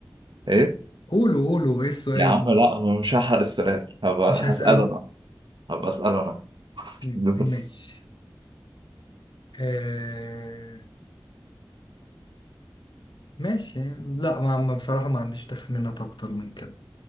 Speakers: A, on the right; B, on the left.
A: إيه
B: قولوا قولوا ايه السؤال
A: يا عم
B: اللي
A: لا أنا مش هحرق السؤال هبقى
B: مش هسأله
A: هسأله أنا هبقى أسأله أنا <laughs>
B: مم.
A: دوري.
B: ماشي آه... ماشي لا ما ما- بصراحة ما عنديش تخمينات اكتر من كده